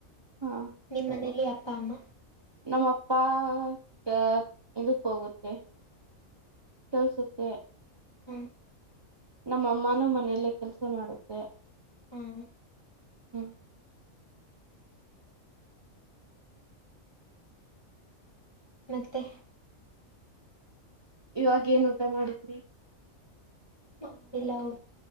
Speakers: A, on the right; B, on the left.
A: ಹ
B: ನಿಮ್ಮ ಮನೇಲಿ ಅಪ್ಪ ಅಮ್ಮ
A: ನಮ್ಮಪ್ಪ ಚ ಇದಕ್ಕೆ ಹೋಗುತ್ತೆ ಕೆಲಸಕ್ಕೆ
B: ಹ್ಮ್
A: ನಮ್ಮ ಅಮ್ಮನೂ ಮನೆಯಲ್ಲೇ ಕೆಲಸ ಮಾಡುತ್ತೆ
B: ಹ್ಮ ಹ್ಮ
A: ಹ್ಮ್
B: ಮತ್ತೆ
A: ಇವಾಗ ಏನ್ ಊಟ ಮಾಡಿದ್ರಿ
B: ಹ ಮಾಡಿಲ್ಲ ಊಟ